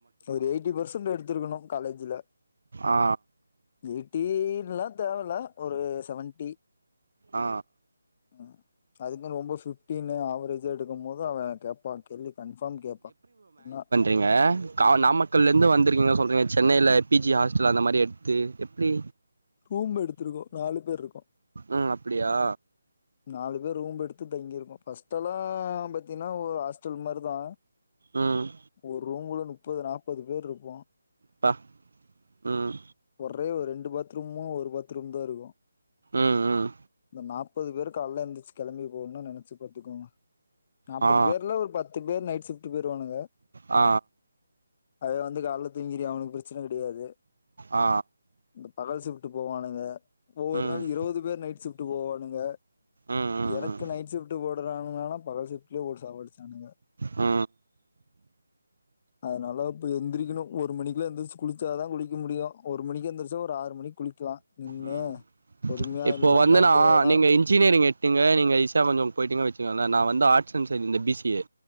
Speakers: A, on the left; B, on the right.
A: ஒரு எயிட்டி பெர்சன்ட் எடுத்திருக்கணு காலேஜ்ல
B: ஆ
A: எயிட்டி இதெல்லா தேவல்ல ஒரு செவன்டி
B: ஆ
A: ம் அதுக்கு மேல ரொம்ப ஃபீப்டினு ஆவரேஜ் இன்ட்ரிவியூ எடுக்கு போது அவே கேட்பா கேள்வி கன்ஃபார்ம் கேட்பா இன்னா
B: ஏங்க கா நாமக்கல்ல இருந்து வந்திருக்கீங்க சொல்றீங்க சென்னேல பிஜி ஹாஸ்டல் அந்த மாரி எடுத்து எப்டி
A: ரூம் எடுத்துருக்கோ நாலு பேர் இருக்கோ
B: ம் அப்டியா
A: நாலு பேர் ரூம்ப எடுத்து தங்கியிருக்கோ ஃபஸ்ட்டு எல்லா பாத்தீன்னா ஒரு ஹாஸ்டல் மாரிதா
B: ம்
A: ஒரு ரூம்ல முப்பது நாப்பது பேர் இருப்போ
B: ட உம்
A: ஒரே ஒரு ரெண்டு பாத்ரூமு ஒரு பாத்ரூம் தா இருக்கு
B: ம் ம்
A: நாப்பது பேரு கால்ல எந்திரிச்சு கெளம்பி போகணுனா நெனச்சு பாத்துக்கோங்க நாப்பது
B: ஆ
A: பேர்ல ஒரு பத் து பேர் நைட் ஷிஃப்ட்டு போயிருவானுக
B: ஆ
A: அவே வந்து கால்ல தூங்கிருவியா அவனுக்கு பிரெச்சன கெடையாது
B: ஆ
A: இந்த பகல் ஷிஃப்ட்டு போவானுங்க ஒவ்வொரு
B: ம்
A: நாளு
B: ம்
A: இருவது பேர் நைட் ஷிஃப்ட்டு போவா னுங்க
B: ம் ம்
A: எனக்கு நைட் ஷிஃப்ட்டு போடுறாங்கனானா பகல் ஷிஃப்ட்டுல போட்டு சாவடிச்சானுங்க
B: ஆ
A: அதனால இப்ப எந்திரிக்கணு ஒரு மணிக்குல எந்திரிச்சு குளிச்சா தா குளிக்க முடியு ஒரு மணிக்கு எந்திரிச்சா ஒரு ஆறு மணிக் குளிக்கலா நின்னு
B: ம்
A: பொறுமையா
B: இப்போ
A: இல்ல
B: வந்து
A: இன்னொருத்தே
B: நா
A: ஏ
B: நீங்க இன்ஜினியரிங் எடுத்திங்க நீங்க ஈசியா கொஞ்சோ போயிட்டீங்க வச்சுக்கோளே நா வந்து ஆர்ஸ் அண்ட் சயின்ஸ் இந்த பி சி ஏ